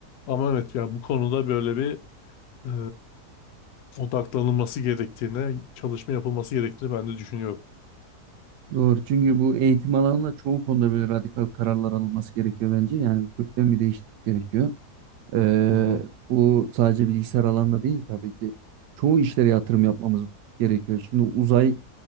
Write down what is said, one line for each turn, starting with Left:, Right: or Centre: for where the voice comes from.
Left: Ama evet yani bu konuda böyle bir e, odaklanılması gerektiğine, çalışma yapılması gerektiğini ben de düşünüyorum.
Right: Doğru. Çünkü bu eğitim alanında çoğu konuda böyle radikal kararlar alınması gerekiyor bence. Yani kökten bir değişiklik gerekiyor. Ee,
Left: Hı hı.
Right: bu sadece bilgisayar alanında değil tabii ki. Çoğu işlere yatırım yapmamız gerekiyor. Şimdi uzay